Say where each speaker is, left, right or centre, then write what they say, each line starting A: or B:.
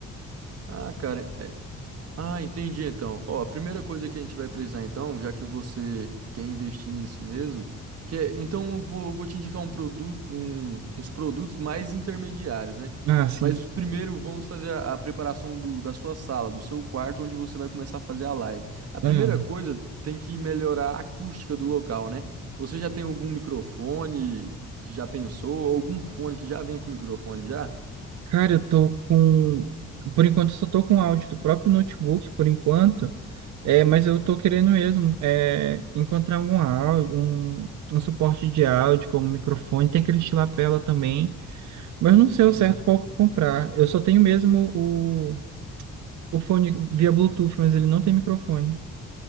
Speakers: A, on the right; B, on the right.
A: Ah, cara. é, Ah, entendi então. Ó, a primeira coisa que a gente vai precisar então, já que você quer investir nisso mesmo, que é- então eu vou, eu vou te indicar um produto, um- uns produtos mais intermediários, né?
B: Ah, sim.
A: Mas primeiro vamos fazer a, a preparação do- da sua sala, do seu quarto, onde você vai começar a fazer a live. A primeira
B: Ah,
A: coisa tem que melhorar a acústica do local, né? Você já tem algum microfone que já pensou, algum fone que já vem com microfone já?
B: cara, eu tô com, por enquanto eu só tô com o áudio do próprio notebook, por enquanto, é, mas eu tô querendo mesmo é, encontrar algum áudio, um, um suporte de áudio como um microfone, tem aquele de lapela também, mas eu não sei
A: Sim.
B: ao certo qual comprar. Eu só tenho mesmo o, o fone via Bluetooth, mas ele não tem microfone.